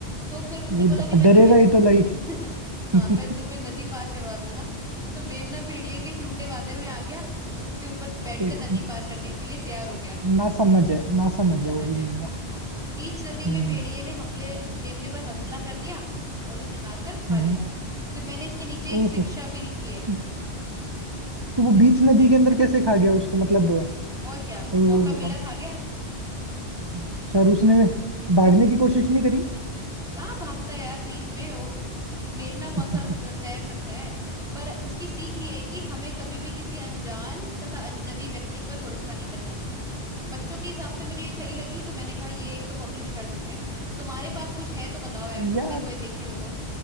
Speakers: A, in the centre; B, on the right (about 30°).
A: तो फिर उसने
B: वो
A: बोला कि मैं
B: डरेगा
A: तुम्हें
B: ही तो लाइक
A: <laughs>
B: <laughs>
A: हाँ
B: हम्म,
A: मैं तुम्हें नदी पार करवा दूंगा तो मेमना भेड़िए के झूठे वादे में आ गया और उसके ऊपर बैठकर
B: एक
A: नदी पार करने के लिए तैयार हो गया
B: ना समझ है ना समझ
A: ना समझ
B: है वो भी
A: है
B: मीम
A: हाँ बीच नदी में
B: हम्म
A: भेड़िए ने हमले मेमने पर हमला कर दिया और उसे मारकर खा
B: हम्म
A: लिया फिर मैंने इसके नीचे एक
B: ओहो
A: शिक्षा भी लिखी है
B: तो, तो वो बीच नदी के अंदर कैसे खा गया उसको मतलब वो-
A: और क्या
B: अब-
A: मौका मिला खा गया
B: अच्छा और उसने भागने की कोशिश नहीं करी
A: कहाँ भागता है यार बीच में वो मेमना कौन
B: <laughs>
A: सा त- तैर सकता है पर इसकी सीख ये है कि हमें कभी भी किसी अनजान तथा अजनबी व्यक्ति पर भरोसा नहीं करना चाहिए बच्चों के हिसाब से मुझे ये सही लगी तो मैंने कहा ये एक तो पब्लिश कर देते हैं तुम्हारे पास कुछ है तो बताओ यार तुमने
B: यार
A: कोई देखी हो तो